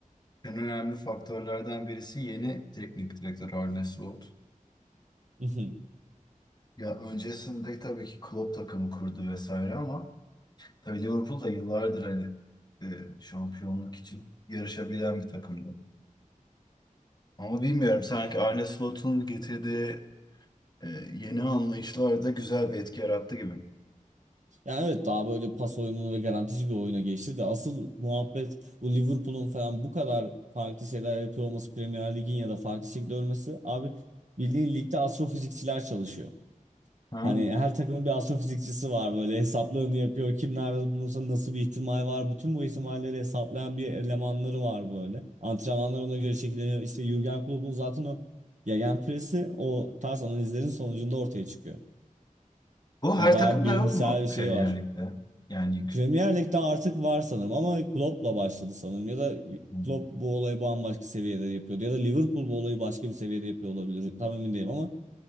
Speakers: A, on the left; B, on the right.
A: en önemli faktörlerden birisi yeni teknik direktör Arne Slot.
B: <laughs>
A: Ya öncesinde tabii ki Klopp takımı kurdu vesaire ama tabii Liverpool da yıllardır hani e, şampiyonluk için yarışabilen bir takımdı. Ama bilmiyorum sanki Arne Slot'un getirdiği e, yeni anlayışlar da güzel bir etki yarattı gibi.
B: Yani evet daha böyle pas oyununu ve garantici bir oyuna geçti de asıl muhabbet bu Liverpool'un falan bu kadar farklı şeyler yapıyor olması Premier Lig'in ya da farklı şekilde ölmesi abi Bildiğin ligde astrofizikçiler çalışıyor.
A: Ha.
B: Hani her takımın bir astrofizikçisi var böyle hesaplarını yapıyor. Kim nerede bulunursa nasıl bir ihtimal var. Bütün bu ihtimalleri hesaplayan bir elemanları var böyle. Antrenmanlar ona göre şekilleniyor. İşte Jürgen Klopp'un zaten o gegenpressi o tarz analizlerin sonucunda ortaya çıkıyor.
A: Bu
B: Yani
A: her
B: bayağı
A: takımda
B: bilimsel
A: yok mu
B: bir şey
A: Premier
B: var.
A: Lig'de? Yani yük,
B: Premier Lig'de artık var sanırım ama Klopp'la başladı sanırım. Ya da
A: Hmm.
B: Klopp bu olayı bambaşka seviyede yapıyordu. Ya da Liverpool bu olayı başka bir seviyede yapıyor olabilir. Tam emin değilim ama